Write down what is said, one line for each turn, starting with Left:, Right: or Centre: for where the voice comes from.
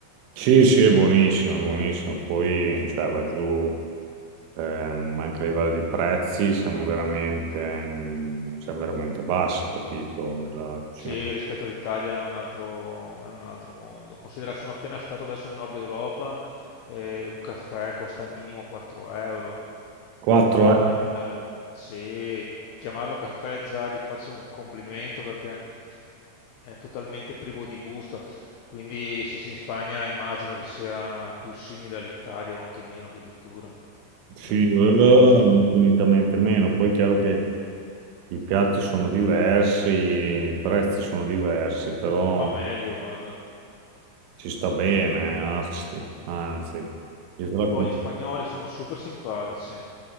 Right: sì, sì, è buonissimo, è buonissimo. Poi cioè, va giù ehm, anche a livello di prezzi, siamo veramente, mm, siamo veramente bassi, capito? Nella cucina.
Left: Sì, rispetto all'Italia è un altro, è un altro mondo. Considera, sono appena stato adesso in Nord Europa e un caffè costa minimo 4 euro
Right: 4
Left: in Olanda.
Right: euro,
Left: Se chiamarlo caffè già gli faccio un complimento perché è totalmente privo di gusto. Quindi sì, sì, in Spagna immagino che sia più simile all'Italia o anche meno addirittura
Right: sì,
Left: in alcuni
Right: eh,
Left: posti.
Right: infinitamente meno. Poi è chiaro che I piatti sono diversi, i prezzi sono diversi, però
Left: Ma meglio, guarda.
Right: ci sta bene, anzi, anzi, io te la
Left: Poi
Right: con-
Left: gli spagnoli sono super simpatici.